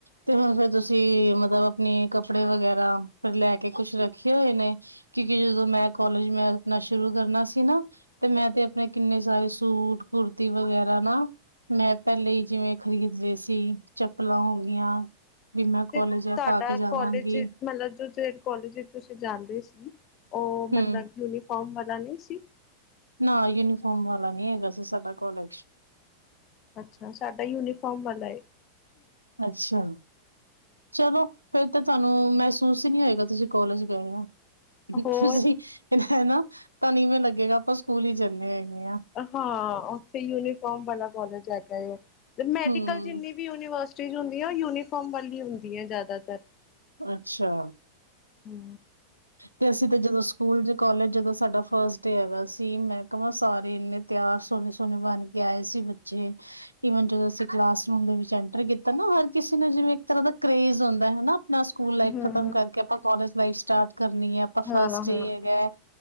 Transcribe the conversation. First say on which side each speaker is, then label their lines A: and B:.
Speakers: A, on the right (about 80°); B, on the left (about 35°).
A: ਤੇ ਹੁਣ ਫੇਰ ਤੁਸੀਂ ਮਤਲਬ ਆਪਣੇ ਕੱਪੜੇ ਵਗੈਰਾ ਫਿਰ ਲੈ ਕੇ ਕੁੱਛ ਰੱਖੇ ਹੋਏ ਨੇ। ਕਿਉਂਕਿ ਜਦੋਂ ਮੈਂ ਕਾਲਜ ਮੈਂ ਆਪਣਾ ਸ਼ੁਰੂ ਕਰਨਾ ਸੀ ਨਾ। ਤੇ ਮੈਂ ਤੇ ਆਪਣੇ ਕਿੰਨੇ ਸਾਰੇ ਸੂਟ ਕੁੁਰਤੀ ਵਗੈਰਾ ਨਾ ਮੈਂ ਪਹਿਲੇ ਹੀ ਜਿਵੇਂ ਖ਼ਰੀਦ ਲਏ ਸੀ ਚੱਪਲਾਂ ਹੋ ਗਈਆਂ। ਵੀ ਮੈਂ ਕੋਲਜ
B: ਤੇ ਤੁਹਾਡਾ
A: ਇਹ ਪਾ ਕੇ ਜਾਵਾਂਗੀ।
B: ਕਾਲਜ ਮਤਲਬ ਜੋ ਜਿਹੇ ਕੋਲਜ ਵਿੱਚ ਤੁਸੀਂ ਜਾਂਦੇ ਸੀ ਉਹ ਮਤਲਬ
A: ਹੂੰ
B: ਯੂਨੀਫਾਰਮ ਵਾਲਾ ਨਹੀਂ ਸੀ।
A: ਨਾ, ਯੂਨੀਫਾਰਮ ਵਾਲਾ ਨਹੀਂ ਹੈਗਾ ਸੀ ਸਾਡਾ ਕੋਲੇਜ
B: ਅੱਛਾ, ਸਾਡਾ ਯੂਨੀਫਾਰਮ ਵਾਲਾ ਏ।
A: ਅੱਛਾ, ਚਲੋ। ਫਿਰ ਤਾਂ ਥੁਹਾਨੂੰ ਮਹਿਸੂਸ ਹੀ ਨਹੀਂ ਹੋਏਗਾ, ਤੁਸੀਂ ਕੌਲਜ ਗਏ ਉ
B: ਹੋਰ
A: ਤੁਸੀਂ ਹੈਨਾ ਤੁਹਾਨੂੰ ਇਵੇ ਲੱਗੇਗਾ ਆਪਾਂ ਸਕੂਲ ਹੀ ਚੱਲੇ ਹੈਗੇ ਹਾਂ।
B: ਹਾਂ, ਉੱਥੇ ਯੂਨੀਫਾਰਮ ਵਾਲਾ ਕਾਲਜ ਹੈਗਾ ਤੇ ਮੈਡੀਕਲ
A: ਹੂੰ,
B: ਵਿਚ ਜਿੰਨੀ ਵੀ ਯੂਨੀਵਰਸਿਟੀ ਜੋ ਹੁੰਦੀਆਂ ਯੂਨੀਫਾਰਮ ਵਾਲੀ ਹੁੰਦੀ ਏ ਜ਼ਿਆਦਾਤਰ।
A: ਅੱਛਾ।
B: ਹੂੰ।
A: ਤੇ ਅਸੀਂ ਤੇ ਜਦੋਂ ਸਕੂ ਸਕੂਲ ਜੇ ਕਾਲਜ ਜਦੋਂ ਸਾਡਾ ਫਸਟ ਡੇ ਹੈਗਾ ਸੀ ਮੈਂ ਕਵਾਂ ਸਾਰੇ ਇੰਨੇ ਤਿਆਰ ਸੋਹਣੇ-ਸੋਹਣੇ ਬਣ ਕੇ ਆਏ ਸੀ ਬੱਚੇ। ਇਵਨ ਜਦੋਂ ਅਸੀਂ ਕਲਾਸ ਰੂਮ ਦੇ ਵਿੱਚ ਐਂਟਰ ਕੀਤਾ ਨਾ ਹਰ ਕਿਸੇ ਨੂੰ ਜਿਵੇ ਇੱਕ ਤਰ੍ਹਾਂ ਦਾ ਕਰੇਜ ਹੁੰਦਾ ਹੈਨਾ? ਨਾ ਸਕੂਲ ਲਾਈਫ
B: ਹਾਂ
A: ਖ਼ਤਮ ਕਰਕੇ ਆਪਾਂ ਕਾਲਜ ਲਾਈਫ ਸਟਾਰਟ ਕਰਨੀ ਏ ਆਪਾਂ ਫਸਟ
B: ਹਾਂ ਹਾਂ ਹਾਂ
A: ਡੇ ਹੈਗਾ ਹੈ।